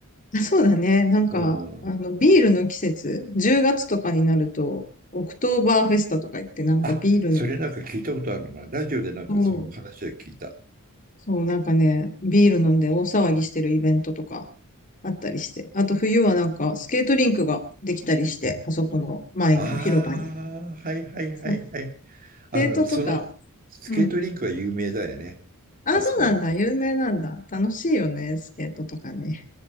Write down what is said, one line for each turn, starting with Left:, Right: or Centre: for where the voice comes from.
Left: あそうだね。なんか、
Right: うん。
Left: あの、ビールの季節、10月とかになると、オクトーバーフェスタとか言って、なんかビールの、
Right: あ、それなんか聞いたことあるな。ラジオでなんかその話は聞いた。
Left: もう、そう、なんかね、ビール飲んで大騒ぎしてるイベントとかあったりして。あと冬はなんかスケートリンクができたりして、あそこの前の広場に。
Right: ああ、はいはいはいはい。
Left: そうス
Right: あの、
Left: ケートとか、
Right: その、スケートリンクは有名だよね。
Left: うん。あ、
Right: あそこの。
Left: そうなんだ。有名なんだ。楽しいよね、スケートとかね。